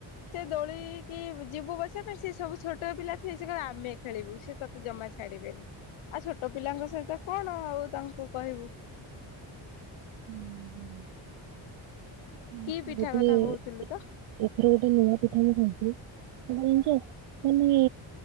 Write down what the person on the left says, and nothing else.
ସେ ଦୋଳି କିି ଯିବୁ ବସିବା ପାଇଁ ସେ ସବୁ ଛୋଟ ପିଲା ଥିଲେ ସେ କହିବେ ଆମେ ଖେଳିବୁ ସେ ତ ଜମା ଛାଡିବେନି ଆଉ ଛୋଟ ପିଲାଙ୍କ ସହିତ କଣ ଆଉ ତାଙ୍କୁ କହିବୁ।
କି ପିଠା
କଥା
କହୁଥିଲୁ ତ?